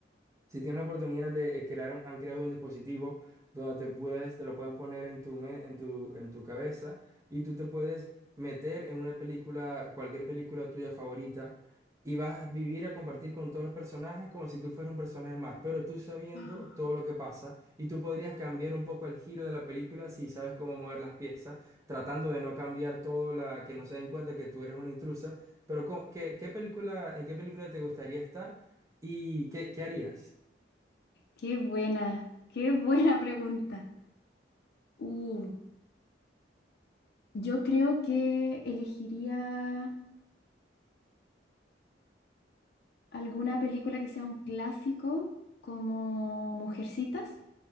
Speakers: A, on the right (about 20°); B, on the left (about 55°).
A: si tienes la oportunidad de eh, crear, un- han creado un dispositivo donde te puedes, te lo pueden poner en tu, me- en tu, en tu cabeza y tú te puedes meter en una película, cualquier película tuya favorita y vas a vivir a compartir con todos los personajes como si tú fueras un personaje más, pero tú sabiendo
B: Ah,
A: todo lo que pasa y tú podrías cambiar un poco el giro de la película si sabes cómo mover las piezas, tratando de no cambiar todo la, que no se den cuenta que tú eres una intrusa, pero co- ¿qué, qué película, en qué película te gustaría estar y qué, qué harías?
B: Qué buena, qué <laughs> buena pregunta. Uh, yo creo que elegiría alguna película que sea un clásico como Mujercitas,